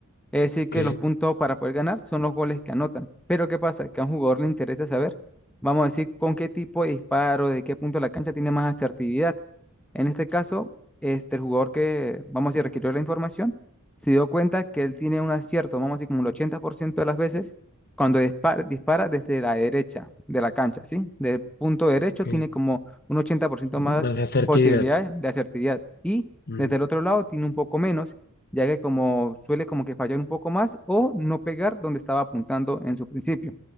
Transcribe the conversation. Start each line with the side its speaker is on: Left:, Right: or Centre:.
Centre: Es decir,
Left: Ok,
Centre: que los puntos para poder ganar son los goles que anotan. Pero ¿qué pasa? Que a un jugador le interesa saber, vamos a decir, con qué tipo de disparo, de qué punto de la cancha tiene más asertividad. En este caso, este, el jugador que, vamos a decir, requirió la información, se dio cuenta que él tiene un acierto, vamos a decir, como el 80% de las veces, cuando dispara, dispara desde la derecha de la cancha, ¿sí? Del punto derecho
Left: ok.
Centre: tiene como un ochenta por ciento
Left: Más
Centre: más
Left: asertividad.
Centre: posibilidades de asertividad. Y
Left: Mm,
Centre: desde el otro lado tiene un poco menos ya que como suele como que fallar un poco más o no pegar donde estaba apuntando en su principio.